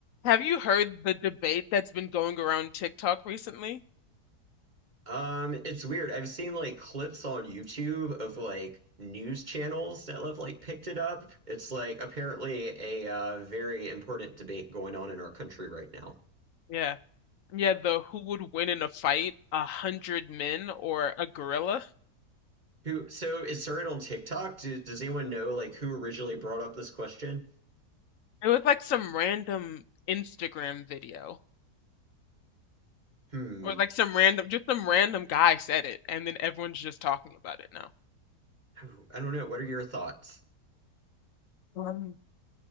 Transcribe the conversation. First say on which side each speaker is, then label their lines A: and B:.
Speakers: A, on the left; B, on the right.
A: Have you heard the debate that's been going around TikTok recently?
B: Um, it's weird. I've seen like clips on YouTube of like news channels that have like picked it up. It's like apparently a uh, very important debate going on in our country right now.
A: Yeah. Yeah, the who would win in a fight, a hundred men or a gorilla?
B: Who, so it started on TikTok. Do, does anyone know like who originally brought up this question?
A: It was like some random Instagram video
B: Hmm.
A: or like some random, just some random guy said it, and then everyone's just talking about it now.
B: Oh, I don't know. What are your thoughts?
A: Um,